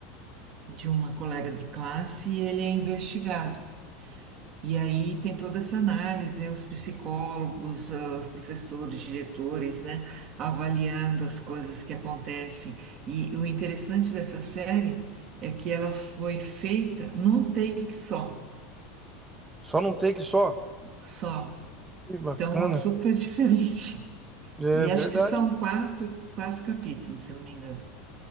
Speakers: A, on the right; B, on the right.
A: de uma colega de classe e ele é investigado. E aí tem toda essa análise, né? Os psicólogos, ah, os professores, diretores, né? Avaliando as coisas que acontecem. E o interessante dessa série é que ela foi feita num take só,
B: Só não tem que só?
A: só.
B: Que bacana.
A: Então, é super diferente. <laughs>
B: É
A: E
B: verdade.
A: acho que são quatro, quatro capítulos, se não me engano.